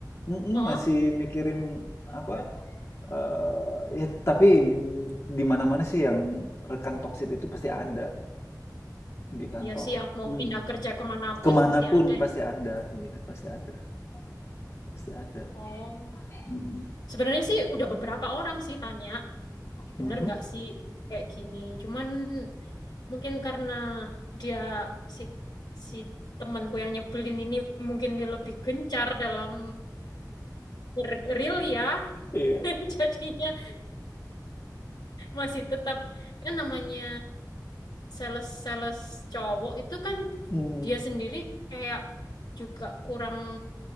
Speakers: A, on the left (about 45°); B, on the left (about 80°).
A: mhm,
B: oh
A: masih mikirin apa, Eh, ya, tapi di mana-mana sih yang rekan toksit itu pasti ada di kantor.
B: ya sih ya mau
A: Mm.
B: pindah kerja kemanapun
A: Kemanapun
B: pasti ada.
A: pasti ada, iya pasti ada, pasti ada.
B: Oh,
A: Mm-mm.
B: sebenarnya sih udah beberapa orang sih tanya, bener
A: Mhm.
B: nggak sih kayak gini? Cuman Mungkin karena dia si si temanku yang nyebelin ini mungkin dia lebih gencar dalam ber- real ya.
A: Iya.
B: <laughs> Jadinya masih tetap ya namanya sales-sales cowok itu kan
A: Mm.
B: dia sendiri kayak juga kurang